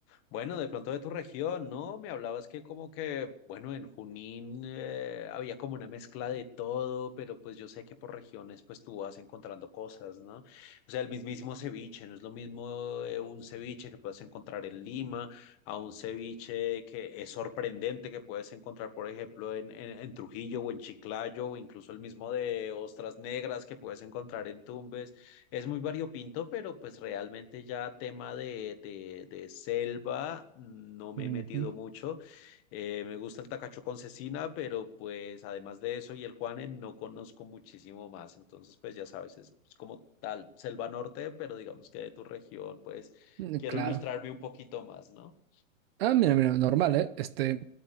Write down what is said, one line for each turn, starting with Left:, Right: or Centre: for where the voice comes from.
Left: Bueno, de pronto de tu región, ¿no? Me hablabas que como que, bueno, en Junín eh, había como una mezcla de todo, pero pues yo sé que por regiones pues tú vas encontrando cosas, ¿no? O sea, el mismísimo ceviche, no es lo mismo eh, un ceviche que puedes encontrar en Lima a un ceviche que es sorprendente que puedes encontrar, por ejemplo, en, en, en Trujillo o en Chiclayo o incluso el mismo de ostras negras que puedes encontrar en Tumbes. Es muy variopinto, pero pues realmente ya tema de, de- de selva no me
Right: Ujú.
Left: he metido mucho. Eh, me gusta el tacacho con cecina, pero pues además de eso y el Juane no conozco muchísimo más. Entonces pues ya sabes, es, es como tal selva norte, pero digamos que de tu región, pues
Right: Mm,
Left: quiero
Right: Claro.
Left: ilustrarme un poquito más, ¿no?
Right: Ah, mira, mira, normal, ¿eh? Este,